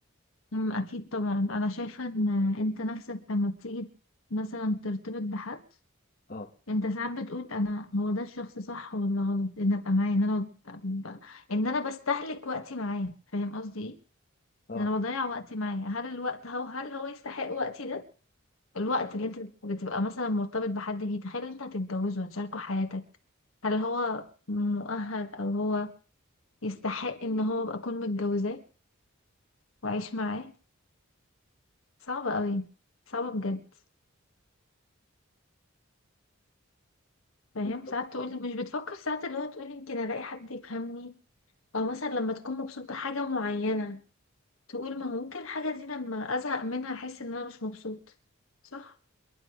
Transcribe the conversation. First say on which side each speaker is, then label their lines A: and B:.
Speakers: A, on the left; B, on the left.
A: أمم، اكيد طبعا انا شايفة ان انت نفسك لما بتيجي مثلا ترتبط بحد
B: اه
A: انت ساعات بتقول انا هو ده الشخص صح ولا غلط ان ابقى معاه ان انا ب... ب... ان انا بستهلك وقتي معاه فاهم قصدي ايه
B: اه
A: ان انا بضيع وقتي معاه هل الوقت هو هل هو يستحق وقتي ده الوقت اللي انت بتبقى مثلا مرتبط بحد فيه تخيل انت هتتجوزه هتشاركه حياتك هل هو مؤهل او هو يستحق ان هو ابقى اكون متجوزاه واعيش معاه صعبة قوي صعبة بجد فاهم
B: بالظبط
A: ساعات تقول مش بتفكر ساعات اللي هو تقول يمكن الاقي حد يفهمني او مثلا لما تكون مبسوط بحاجة معينة تقول ما هو ممكن الحاجة دي لما ازهق منها احس ان انا مش مبسوط صح